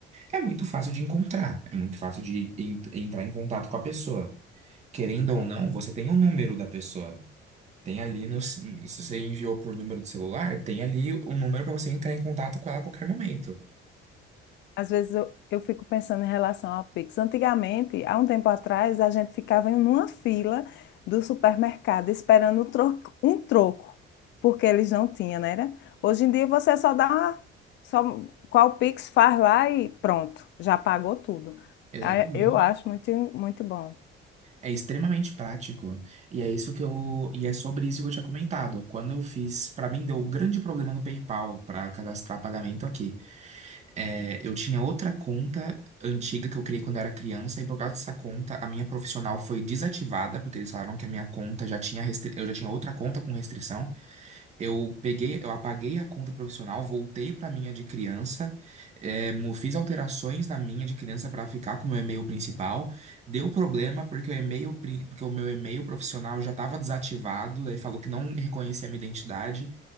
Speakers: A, on the right; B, on the left.
A: é muito fácil de encontrar, é muito fácil de en- entrar em contato com a pessoa. Querendo ou
B: é.
A: não, você tem o número da pessoa. Tem ali no, se você enviou por número de celular, tem ali o número para você entrar em contato com ela a qualquer momento.
B: Às vezes eu, eu fico pensando em relação ao Pix. Antigamente, há um tempo atrás, a gente ficava em uma fila do supermercado esperando um troco, um troco, porque eles não tinham, né? era? Hoje em dia você só dá uma, só qual Pix faz lá e pronto, já pagou tudo.
A: Exatamente.
B: Ah, Eu acho muito, muito bom.
A: É extremamente prático. E é isso que eu. E é sobre isso que eu tinha comentado. Quando eu fiz. Pra mim, deu um grande problema no PayPal pra cadastrar pagamento aqui. É, eu tinha outra conta antiga que eu criei quando eu era criança, e por causa dessa conta, a minha profissional foi desativada, porque eles falaram que a minha conta já tinha. Restri... Eu já tinha outra conta com restrição. Eu peguei, eu apaguei a conta profissional, voltei para a minha de criança, eh, mu- fiz alterações na minha de criança para ficar com o meu e-mail principal. Deu problema porque o e-mail, pri- porque o meu e-mail profissional já estava desativado, daí falou que não reconhecia a minha identidade.